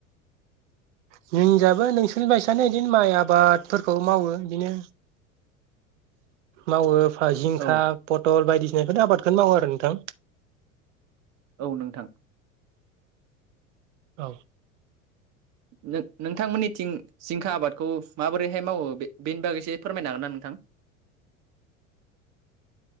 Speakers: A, on the right (about 60°); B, on the right (about 40°).
A: जोंनिजाबो नोंसोरनि बायसानो बिदिनो माइ आबादफोरखौ मावो बिदिनो मावो। फा जिंखा
B: औ
A: पटल बायदि बेफोरनो आबादखौनो मावो आरो नोंथां
B: औ नोंथां
A: औ
B: नों नोंथांमोननिथिं जिंखा आबादखौ माबोरैहाय मावो बे बेनि बागैसो फोरमायनो हागोन ना नोंथां